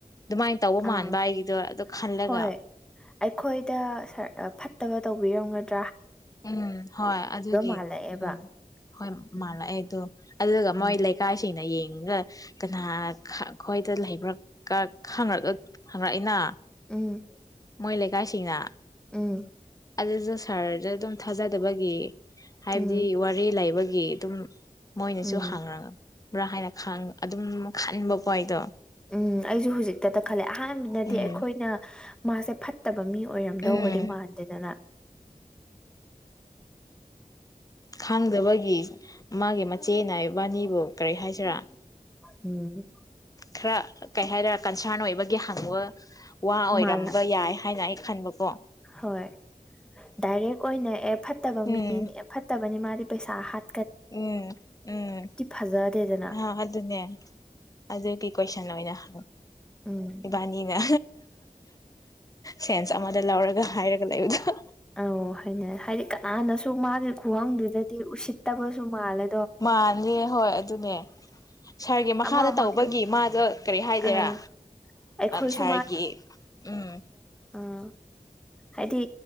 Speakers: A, on the left; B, in the centre.
A: ꯑꯗꯨꯃꯥꯏꯅ ꯇꯧꯕ ꯃꯥꯟꯕ
B: ꯑꯥ
A: ꯑꯩꯒꯤꯗꯣ ꯑꯗꯨ ꯈꯜꯂꯒ
B: ꯍꯣꯏ ꯑꯩꯈꯣꯏꯗ ꯁꯥꯔ ꯑ ꯐꯠ ꯇꯕ ꯇꯧꯕꯤꯔꯝꯒꯗ
A: ꯎꯝ ꯍꯣꯏ ꯑꯗꯨꯒꯤ
B: ꯃꯥꯜꯂꯛꯑꯦꯕ
A: ꯎꯝ ꯍꯣꯏ
B: ꯎꯝ
A: ꯃꯥꯜꯂꯑꯦ ꯑꯗꯨ ꯑꯗꯨꯒ ꯃꯣꯏ
B: ꯎꯝ
A: ꯂꯩꯀꯥꯏꯁꯤꯡꯅ ꯌꯦꯡꯉ ꯀꯅꯥ ꯈ ꯈꯣꯏꯗ ꯂꯩꯕ꯭ꯔ ꯈ ꯈꯪ ꯍꯪꯔꯛꯏꯅ
B: ꯎꯝ
A: ꯃꯣꯏ ꯂꯩꯀꯥꯏ ꯁꯤꯡꯅ
B: ꯎꯝ
A: ꯑꯗꯨꯁꯨ ꯁꯥꯔꯗ ꯑꯗꯨꯝ ꯊꯥꯖꯗꯕꯒꯤ ꯍꯥꯏꯕꯗꯤ
B: ꯎꯝ
A: ꯋꯥꯔꯤ ꯂꯩꯕ <inaudible> ꯑꯗꯨꯝ ꯃꯣꯏꯅꯁꯨ
B: ꯎꯝ
A: ꯍꯡꯔꯛ ꯕ꯭ꯔꯥ ꯍꯥꯏꯅ ꯈꯟ ꯑꯗꯨꯝ ꯈꯟꯕꯀꯣ ꯑꯩꯗꯣ
B: ꯎꯝ ꯑꯩꯁꯨ ꯍꯧꯖꯤꯛꯇꯗ ꯈꯜꯂꯦ ꯑꯍꯥꯟꯕꯅꯗꯤ
A: ꯎꯝ
B: ꯑꯩꯈꯣꯏꯅ ꯃꯍꯥꯛꯁꯦ ꯐꯠꯇ ꯑꯣꯏꯔꯝꯗꯧꯕꯗꯤ
A: ꯎꯝ
B: ꯃꯥꯟꯗꯦꯗꯅ
A: ꯈꯥꯡꯗꯕ ꯃꯥꯒꯤ ꯏꯆꯦꯅ ꯏꯕꯥꯅꯤꯕꯨ ꯀꯔꯤ ꯍꯥꯏꯁꯤꯔꯥ
B: ꯎꯝ
A: ꯈꯔ ꯀꯩ ꯍꯥꯏꯔꯛꯦ ꯀꯟꯁꯔꯟ ꯑꯣꯏꯕꯒꯤ ꯍꯪꯕ ꯋꯥ ꯑꯣꯏꯔꯝꯕ
B: ꯃꯥꯜꯂ
A: ꯌꯥꯏ ꯍꯥꯏꯅ ꯑꯩ ꯈꯥꯟꯕꯕ
B: ꯍꯣꯏ ꯗꯥꯏꯔꯦꯛ ꯑꯣꯏꯅ ꯑꯦ ꯐꯠꯇꯕ
A: ꯎꯝ
B: ꯃꯤ ꯐꯠꯇꯕꯅꯤ ꯃꯥꯗꯤ ꯄꯩꯁꯥ ꯍꯥꯠ
A: ꯎꯝ ꯎꯝ
B: ꯐꯖꯗꯦꯗꯅ
A: ꯑ ꯑꯗꯨꯅꯦ ꯑꯗꯨꯒꯤ ꯀꯣꯏꯁꯟ ꯑꯣꯏꯅꯪ
B: ꯎꯝ
A: ꯏꯕꯥꯅꯤꯅ ꯁꯦꯟꯁ ꯑꯃꯗ ꯂꯧꯔꯒ ꯍꯥꯏꯔꯒ ꯂꯩꯕꯗꯣ
B: ꯑ ꯍꯥꯏꯅ ꯍꯥꯏꯗꯤ ꯀꯅꯥꯅ ꯁꯨ ꯃꯥꯒꯤ ꯈꯒꯪꯗꯨꯗꯗꯤ ꯎꯁꯤꯠ ꯇꯕꯁꯨ ꯃꯥꯂ
A: ꯃꯥꯅꯦ ꯍꯣꯏ ꯑꯗꯨꯅꯦ ꯁꯥꯔꯒꯤ ꯃꯈꯥꯗ
B: ꯑꯃ ꯑꯃꯁꯨ
A: ꯇꯧꯕꯒꯤ ꯃꯥꯗ ꯀꯔꯤ ꯍꯥꯏꯗꯦꯔꯥ
B: ꯑꯥ ꯑꯩꯈꯣꯏꯁꯨ
A: ꯁꯥꯔꯒꯤ ꯎꯝ
B: ꯎꯝ ꯍꯥꯏꯗꯤ